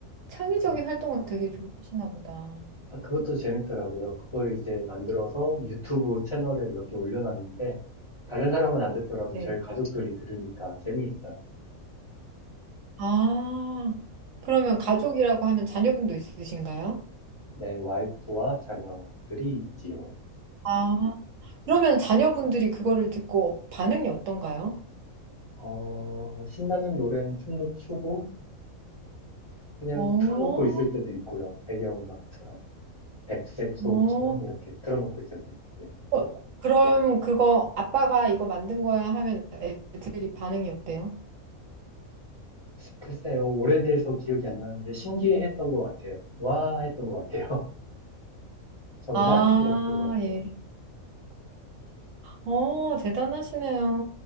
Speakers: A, on the right (about 65°); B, on the left (about 30°).
A: 창의적인
B: 그,
A: 활동을 되게 좋아하시나 보다.
B: 아, 그것도 재밌더라고요. 그걸 이제 만들어서 유튜브 채널에 몇 개 올려놨는데, 다른 사람은 안 듣더라도
A: 네.
B: 저희 가족들이 들으니까 재미있어요.
A: 아, 그러면 가족이라고 하면 자녀분도 있으신가요?
B: 네, 와이프와 자녀들이 있지요.
A: 아, 그러면 자녀분들이 그거를 듣고 반응이 어떤가요?
B: 어, 신나는 노래는 춤도 추고, 그냥
A: 어,
B: 틀어놓고 있을 때도 있고요. 배경음악처럼, 백색 소음처럼
A: 어.
B: 이렇게 틀어놓고 있을 때도 있고요.
A: 어, 그럼 그거 아빠가 이거 만든 거야 하면 애들이 반응이 어때요?
B: 글쎄요, 오래돼서 기억이 안 나는데 신기해했던 것 같아요. 와 했던 것 같아요. <laughs> 정말?
A: 아,
B: 이랬던 것 같아요.
A: 예. 어, 대단하시네요.